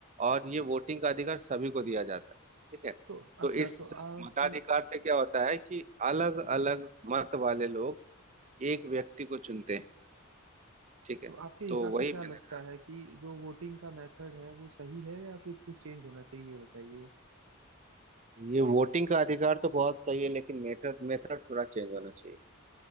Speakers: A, on the right; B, on the right.
A: और ये वोटिंग का अधिकार सभी को दिया जाता है ठीक है
B: तो अच्छा
A: तो इस
B: तो आप
A: मताधिकार से क्या होता है कि अलग अलग मत वाले लोग एक व्यक्ति को चुनते हैं ठीक है
B: तो आपके हिसाब
A: तो वही
B: से क्या
A: मैंने
B: लगता
A: कहा
B: है कि जो वोटिंग का मेथड है वो सही है या फिर कुछ चेंज होना चाहिए ये बताइए
A: ये वोटिंग का अधिकार तो बहुत सही है लेकिन मेथड मेथड थोड़ा चेंज होना चाहिए